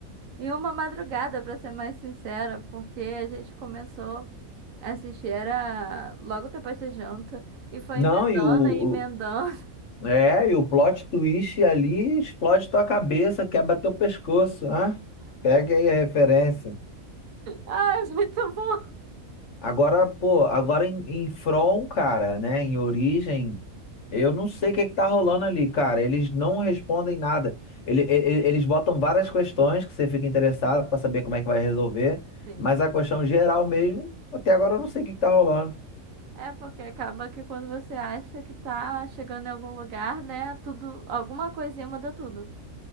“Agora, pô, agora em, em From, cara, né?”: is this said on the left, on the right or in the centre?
Left